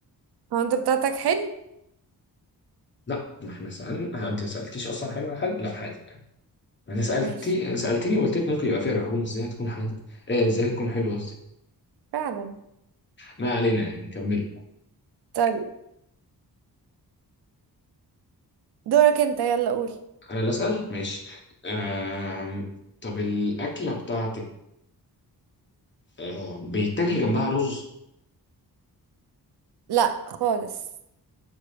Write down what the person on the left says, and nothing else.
لا ما احنا سألنا آه، انت ما سألتيش اصلا حاجة حاجة لا حادق انا سالتي
سالتني وقلت لك ممكن يبقى فيها لحوم ازاي هتكون حادق ايه ازاي هتكون حلوه قصدي
ما علينا يعني كملي
انا اللي اسال ماشي آم... طب الاكله بتاعتك آه... بيتاكل جنبها رز